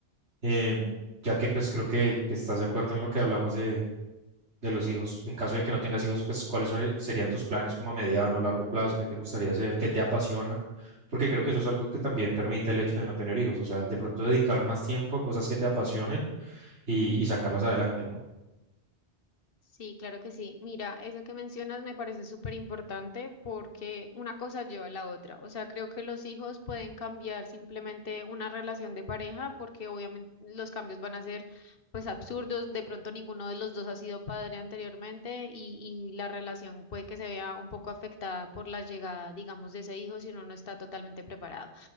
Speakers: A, on the right; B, on the left.
A: em, ya que pues creo que, que estás de acuerdo en lo que hablamos de, de los hijos. En caso de que no tengas hijos, pues ¿cuáles son- serían tus planes como a mediano o largo plazo? ¿Qué te gustaría hacer? ¿Qué te apasiona? Porque creo que eso es algo que también permite el hecho de no tener hijos. O sea, de pronto dedicar más tiempo a cosas que te apasionen y, y sacarlas adelante, ¿no?
B: Sí, claro que sí. Mira, eso que mencionas me parece súper importante porque una cosa lleva a la otra. O sea, creo que los hijos pueden cambiar simplemente una relación de pareja porque obviamente los cambios van a ser pues absurdos. De pronto ninguno de los dos ha sido padre anteriormente y, y la relación puede que se vea un poco afectada por la llegada, digamos, de ese hijo si uno no está totalmente preparado.